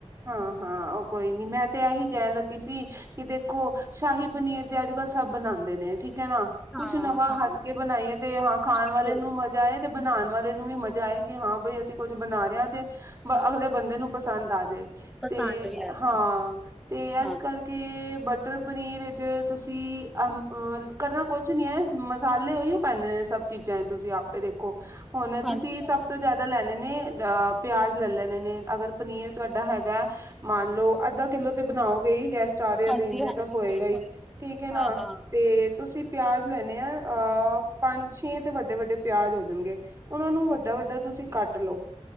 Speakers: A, on the right; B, in the centre.
A: ਹਾਂ, ਹਾਂ ਉਹ ਕੋਈ ਨੀ ਮੈਂ ਤੇ ਐਹੀ ਕਹਿਣ ਲੱਗੀ ਸੀ। ਕਿ ਦੇਖੋ ਸ਼ਾਹੀ ਪਨੀਰ ਤੇ ਅੱਜ ਕੱਲ੍ਹ ਸਭ ਬਣਾਦੇ ਨੇ ਠੀਕ ਕ ਐ ਨਾ
B: ਹਾਂ,
A: ਕੁਛ ਨਵਾਂ
B: ਹਾਂ
A: ਹਟ ਕੇ ਬਣਾਈਏ ਤੇ ਹਾਂ ਖਾਣ
B: ਬਿਲਕੁਲ
A: ਵਾਲੇ ਨੂੰ ਮਜ਼ਾ ਆਏ ਤੇ ਬਣਾਉਣ ਵਾਲੇ ਨੂੰ ਵੀ ਮਜ਼ਾ ਆਏ ਕਿ ਹਾਂ ਬਈ ਅਸੀਂ ਕੁੱਝ ਬਣਾ ਰਹੇ ਹਾਂ ਤੇ ਬ ਅਗਲੇ ਬੰਦੇ ਨੂੰ ਪਸੰਦ ਆ ਜਾਏ।
B: ਪਸੰਦ
A: ਤੇ
B: ਵੀ ਆ ਜੇ
A: ਹਾਂ ਤੇ
B: ਹਾਂ,
A: ਇਸ ਕਰਕੇ ਬ ਟਰ ਪਨੀਰ ਵਿੱਚ ਤੁਸੀਂ ਅਮ ਅ ਕਰਨਾ ਕੁਛ ਨਈ ਐ ਮਸਾਲੇ ਉਹੀਓ ਪੈਂਦੇ ਨੇ ਸਭ ਚੀਜ਼ਾਂ ਤੁਸੀਂ ਆਪੇ ਦੇਖੋ ਹੁਣ
B: ਹਾਂਜੀ,
A: ਤੁਸੀਂ
B: ਹਾਂਜੀ,
A: ਸਭ ਤੋਂ ਜ਼ਿਆਦਾ ਲੈਣੇ ਨੇ ਅ ਪਿਆਜ ਲੈ ਲੈਣੇ ਨੇ, ਅਗਰ ਪਨੀਰ ਤੁਹਾਡਾ ਹੈ ਗਾ, ਮੰਨ ਲਓ ਅੱਧਾ ਕਿੱਲੋ ਤੇ ਬਣਾਓਗੇ ਹੀ? ਗੈਸ ਚਾਰ ਹੈ
B: ਹਾਂਜੀ,
A: ਤੇ ਇੰਨੇ
B: ਹਾਂਜੀ
A: ਤਾਂ ਹੋਏਗਾ
B: ਬਿਲਕੁਲ
A: ਹੀ, ਠੀਕ ਹੈ ਨਾ,
B: ਹਾਂ, ਹਾਂ
A: ਤੇ ਤੁਸੀਂ ਪਿਆਜ ਲੈਣੇ ਆ ਅਹ ਪੰਜ, ਛੇ ਤੇ ਵੱਡੇ-ਵੱਡੇ ਪਿਆਜ ਹੋ ਜਾਣਗੇ, ਉਹਨਾਂ ਨੂੰ ਵੱਡਾ-ਵੱਡਾ ਤੁ ਤੁਸੀਂ ਕੱਟ ਲੋ,